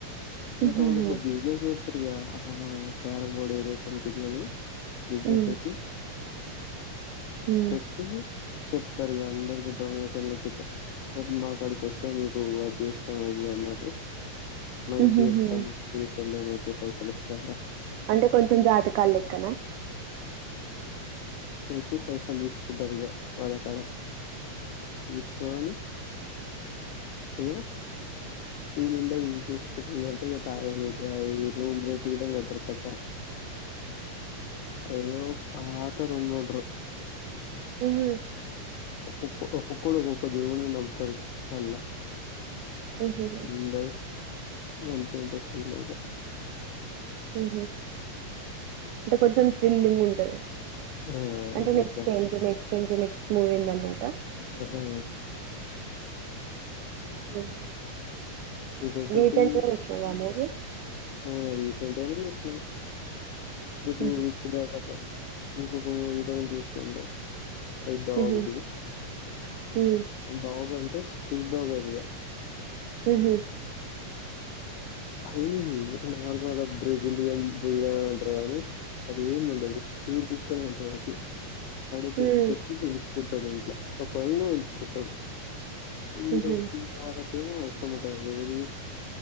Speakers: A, on the right; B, on the left.
A: హుహుహు.
B: ఇంకా వాళ్ళకు బిజినెస్ పెడతదిగా అహహ క్యారం బోర్డ్ ఏదో సంథింగ్ అని బిజినెస్
A: హ్మ్.
B: పెట్టి
A: హ్మ్.
B: పెట్టి చెప్తారుగా అందరికి ప్రమోషన్ల ఇప్పిస్తా మాకడికి వస్తే మీకు అది చేస్తాం అది అన్నట్టు మంచి
A: హుహుహు.
B: చెప్తాం ఫ్యూచర్లో మ కు పైసలొస్తే
A: అంటే కొంచెం జాతకాలు లెక్కన
B: లేపి పైసలు తీస్ వుడ్డదిగా వలకడ ఇస్కాన్ ఉ నేను ఎల్లా యూస్ చేసుకునేది ఇగల్ తాగరు ఇట ఎటు ఏటో పోయింటారు చక్కన అయ్ పా అంత రూమ్ లో ఉంటరు
A: ఉఏ
B: హ <inaudible> ఒక్కొకరు ఒక్క దేవుని నమ్ముతారు అల్లా
A: హుహుహు.
B: అందరు మంచిగ ఉంటాది సరదాగా
A: ఉ హు ఇంకా కొంచెం థ్రిల్లింగ్ గా ఉంటాది
B: ఆ
A: అంటే నెక్స్ట్
B: అట్లనే
A: ఏంటి నెక్స్ట్ ఏంటి నెక్స్ట్ మూవీందట్ట
B: ఆ ఆ
A: ఉహు.
B: ఇంకొకటి
A: రీసెంట్ గా చూసినవా మూవీ
B: ఆ రీసెంట్ గానే చూసిన యుటు
A: ఉహు.
B: ఇచ్చినాక డబ ఇంకొక విధం చూస్తూ ఉంటారు పెద్ద వాగుది
A: ఉహు. ఉహు.
B: అంత బాగా స్ట్రీట్ డాగ్ అది ఇగ
A: హహ
B: అదే నార్మల్ గా బ్రెజిలియన్ బిర్యానీ అంటారు కానీ అది ఏమి ఉండదు. పూర్ కుక్క అని అంటారు. తడితే
A: ఉహు.
B: తెత్ ఇంగ్లీష్ కుక్క ఇంట్లా ఇ కొయి పెంచుకుంటాడు వీరు
A: ఉహు.
B: వరు ఏమో అవసరమంటాయి కద మీని